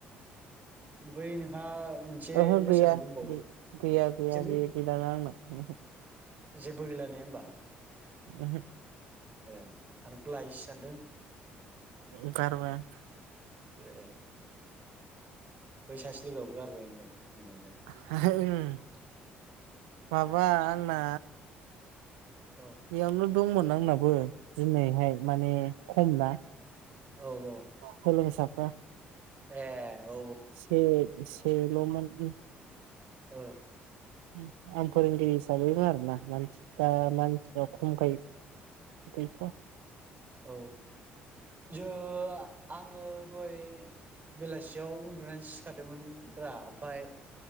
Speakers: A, on the right; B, on the right.
A: बै नोंहा मोनसे
B: ओहो
A: मोसानाय
B: गैया
A: दंबावो
B: गै गैया गैया
A: जेबो
B: गै गैलाना आंना ओहो।
A: जेबो गैला ने होमबा?
B: ओहो।
A: ए आं नोंखौ लायोसो सानदों।
B: ओ गारबाय आं।
A: ए बै सासे लोगो आबो गारबाय होनदों। होननायालाय
B: ओहो ओं माबा जोंना
A: औ
B: बेयावनो दंमोन आंनाबो दिनैहाय माने खम ना।
A: औ औ
B: अ सोलोंसाफ्रा
A: ए औ
B: से सेल' मोन उम।
A: ओ।
B: उम आं फोरोंगिरि हिसाबै आरोना मानसि दा मानसिया खमखाय गैथ'वा।
A: औ। जो आ आङो दहाय बेलासियाव उन्दुनानै सिखार दोंमोन रा ओमफाय